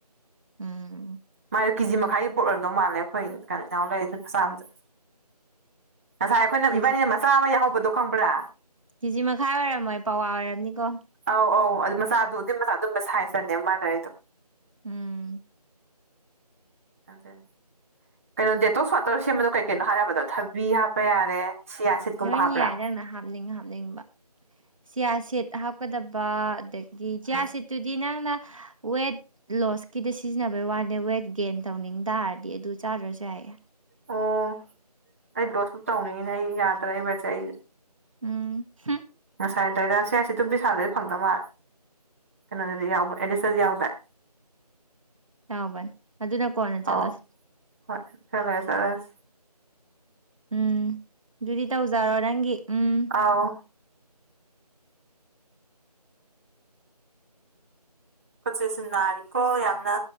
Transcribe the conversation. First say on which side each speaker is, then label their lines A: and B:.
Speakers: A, on the right (about 50°); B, on the right (about 20°).
A: ꯎꯝ
B: ꯃꯥꯥꯏꯣ ꯀꯦꯖꯤ ꯃꯈꯥꯏꯒꯤ ꯄꯣꯠꯂꯦꯝꯝꯗꯧ ꯃꯥꯜꯂꯦ ꯑꯩꯈꯣꯏ ꯀꯩꯅꯣ ꯏꯅꯥꯎ ꯂꯩ ꯑꯗꯨ ꯆꯥꯝꯗ ꯉꯁꯥꯏ ꯑꯩꯈꯣꯏꯅ
A: ꯀꯦꯖꯤ
B: ꯏꯕꯥꯅꯤꯅ ꯃꯆꯥ ꯑꯃ ꯌꯥꯎꯍꯧꯕꯗꯣ ꯈꯪꯕ꯭ꯔꯥ
A: ꯀꯦꯖꯤ ꯃꯈꯥꯏ ꯑꯣꯏꯔꯝꯃꯣꯏ ꯄꯋꯥ ꯑꯣꯏꯔꯝꯅꯤꯀꯣ
B: ꯑꯧ ꯑꯧ ꯑꯗꯨ ꯃꯆꯥꯗꯣ ꯑꯗꯨꯝ ꯃꯆꯥ ꯑꯗꯨꯝꯕ ꯁꯥꯏ ꯆꯅꯦ ꯃꯥꯗ ꯑꯩꯗꯣ
A: ꯎꯝ
B: ꯑꯗꯨ ꯀꯩꯅꯣ ꯗꯦꯇꯣꯁ ꯋꯥꯇꯔ ꯁꯦꯝꯕꯗꯣ ꯀꯩ ꯀꯩꯅꯣ ꯍꯥꯏꯔꯕꯗꯣ ꯊꯕꯤ ꯍꯥꯞꯄ ꯌꯥꯔꯦ ꯁꯤꯌꯥ ꯁꯤꯠꯀꯨꯝꯕ
A: ꯅꯣꯏ
B: ꯍꯥꯞꯄ꯭ꯔꯥ
A: ꯌꯥꯏ ꯅꯪꯅ ꯍꯥꯞꯅꯤꯡ ꯍꯥꯞꯅꯤꯡꯕ ꯆꯤꯌꯥ ꯁꯦꯠ ꯍꯥꯞꯀꯗꯕ ꯑꯗꯩ ꯒꯤ ꯆꯤꯌꯥ
B: ꯑ
A: ꯁꯤꯠꯇꯨꯗꯤ ꯅꯪꯅ ꯋꯦꯠ ꯂꯣꯁꯀꯤꯗ ꯁꯤꯖꯤꯟꯅꯕꯩ ꯋꯥꯅꯦ ꯋꯦꯠ ꯒꯦꯟ ꯇꯧꯅꯤꯡ ꯇꯥꯔꯗꯤ ꯑꯗꯨ ꯆꯥꯗꯔꯁꯨ ꯌꯥꯏꯌꯦ
B: ꯑꯣ ꯑꯩ ꯂꯣ ꯁꯞ ꯇꯧꯅꯤꯡꯉꯤꯅꯦ ꯑꯩ ꯌꯥꯗ꯭ꯔꯏꯕꯠꯁꯦ ꯑꯩ
A: ꯎꯝ ꯍꯨꯝ
B: ꯉꯁꯥꯏꯗꯏꯗ ꯁꯤ ꯍꯥꯏꯁꯤ ꯑꯗꯨꯝ ꯄꯩꯁꯥꯗꯩ ꯐꯪꯗ ꯃꯥꯜ <inaudible> ꯀꯩꯅꯗꯤ ꯌꯥ ꯑꯦꯟꯗꯤꯁ ꯌꯥꯎꯕꯗ <unintelligible>
A: ꯌꯥꯎꯕꯅꯤ ꯑꯗꯨꯅ ꯀꯣꯟꯅ ꯆꯠꯂꯁꯤ
B: ꯑꯧ ꯍꯣꯏ ꯈꯔꯥ ꯂꯩꯔꯥ ꯆꯠꯂꯥꯁꯤ
A: ꯎꯝ ꯑꯗꯨꯗꯤ ꯇꯧꯖꯔꯣ ꯅꯪꯒꯤ ꯎꯝ
B: ꯑꯥꯎ ꯈꯨꯠꯁꯤꯁꯨ ꯅꯥꯔꯤꯀꯣ ꯌꯥꯝꯅꯥ